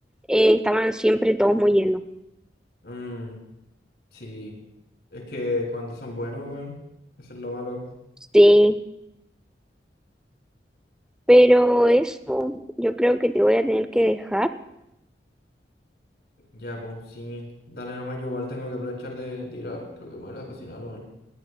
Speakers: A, in the centre; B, on the left.
A: eh, estaban siempre todos muy llenos.
B: Mm, sí. Es que cuando son buenos, weón. Eso es lo malo.
A: Sí, pero eso yo creo que te voy a tener que dejar
B: Ya, pues, sí. Dale nomás, yo igual tengo que aprovechar de, de ir a, creo que me voy a ir a cocinar, weón.